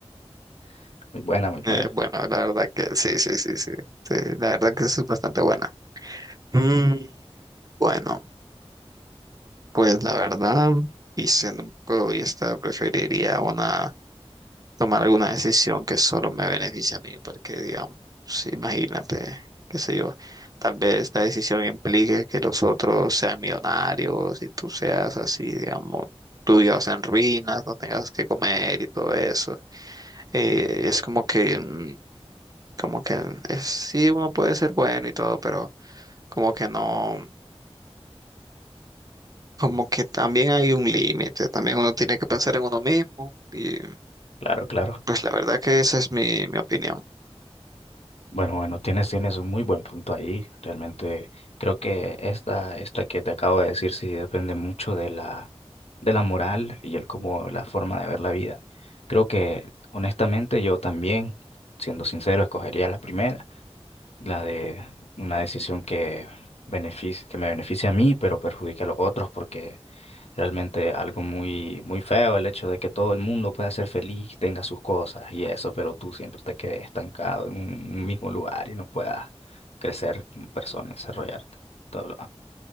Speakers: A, on the left; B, on the right.
A: <laughs> Muy buena, muy buena.
B: Eh, bueno, la verdad que sí, sí, sí, sí, sí, La verdad que eso es bastante buena. Mm, bueno, pues la verdad, y siendo un poco egoísta, preferiría una, tomar alguna decisión que solo me beneficie a mí, porque digamos, sí, imagínate, qué sé yo, tal vez esta decisión implique que los otros sean millonarios y tú seas así, digamos, tú tuyos en ruinas, no tengas que comer y todo eso. eh, es como que, mm, como que es, sí, uno puede ser bueno y todo, pero como que no, como que también hay un límite, también uno tiene que pensar en uno mismo y
A: Claro, claro.
B: pues la verdad que esa es mi, mi opinión.
A: Bueno, bueno, tienes, tienes un muy buen punto ahí. Realmente creo que esta, esta que te acabo de decir sí depende mucho de la, de la moral y el cómo, la forma de ver la vida. Creo que honestamente yo también, siendo sincero, escogería la primera la de una decisión que benefic- que me beneficia a mí, pero perjudica a los otros, porque realmente algo muy, muy feo el hecho de que todo el mundo pueda ser feliz, tenga sus cosas y eso, pero tú siempre te quedes estancado en un, un mismo lugar y no puedas crecer como persona y desarrollarte. Todo lo